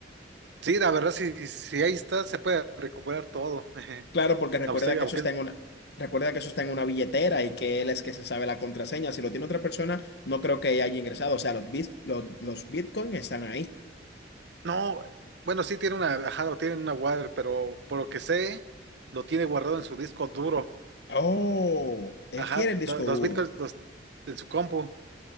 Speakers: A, on the right; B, on the left.
A: sí, la verdad, si, si ahí está, se puede recuperar todo. <laughs>
B: Claro, porque recuerda
A: A usted,
B: que
A: aunque,
B: eso está en una, recuerda que eso está en una billetera y que él es que se sabe la contraseña. Si lo tiene otra persona, no creo que haya ingresado. O sea, los bit, los, los bitcoins están ahí.
A: no, bueno, sí tiene una, ajá, lo tiene en una wire, pero por lo que sé, lo tiene guardado en su disco duro.
B: Oh, él
A: Ajá,
B: quiere el disco
A: lo- los
B: duro.
A: bitcoins los, en su compu.